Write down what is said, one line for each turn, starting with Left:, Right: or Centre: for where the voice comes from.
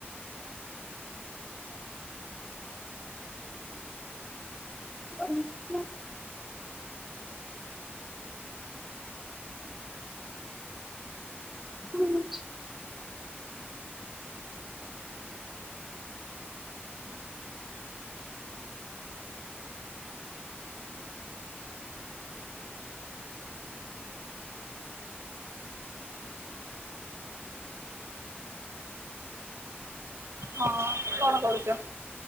Centre: ବଲ <unintelligible> <inaudible> ହୁଁ
Right: ହଁ କଣ କରୁଚ?